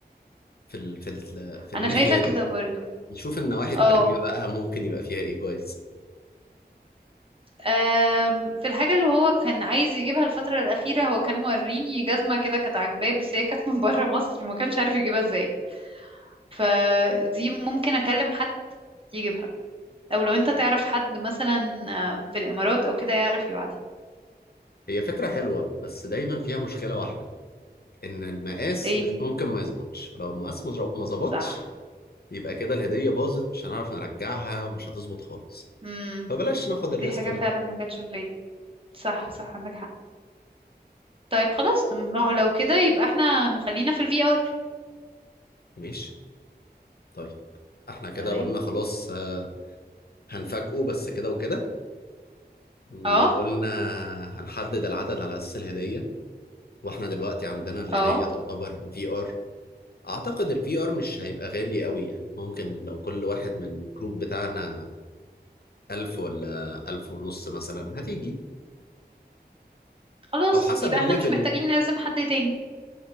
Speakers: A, on the left; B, on the right.
A: في ال... في ال... في الناحية
B: انا شايفة كده
A: دي
B: برضو
A: نشوف النواحي التانية
B: اه
A: بقى ممكن يبقى فيها ايه كويس
B: أم، في الحاجة اللي هو كان عايز يجيبها الفترة الأخيرة هو كان موريني جزمة كده كانت عاجباه بس هي كانت <laughs> من بره مصر وما كانش عارف يجيبها ازاي فدي ممكن أكلم حد يجيبها أو لو أنت تعرف حد مثلا آه، في الإمارات أو كده يعرف يبعتها
A: هي فكرة حلوة بس دايما فيها مشكلة واحدة ان المقاس
B: ايه
A: مش ممكن ما يظبطش ولو المقاس ما ظبطش
B: صح
A: يبقى كده الهدية باظت مش هنعرف نرجعها ومش هتظبط خالص
B: امم
A: فبلاش ناخد
B: دي
A: الريسك
B: حاجة
A: ده
B: فعلا ما جاتش في بالي صح صح عندك حق طيب خلاص ما هو لو كده يبقى احنا نخلينا في الفي ار
A: ماشي طيب احنا كده
B: تمام
A: قلنا خلاص آه، هنفاجئه بس كده وكده وقلنا
B: اه
A: هنحدد العدد على أساس الهدية واحنا دلوقتي عندنا الهدية
B: اه
A: تعتبر الفي ار اعتقد الفي ار مش هيبقى غالي قوي يعني ممكن لو كل واحد من الجروب بتاعنا ألف ولا ألف ونص مثلا هتيجي
B: خلاص
A: أو حسب
B: يبقى
A: الليفل
B: احنا مش محتاجين
A: يعني
B: نعزم حد تاني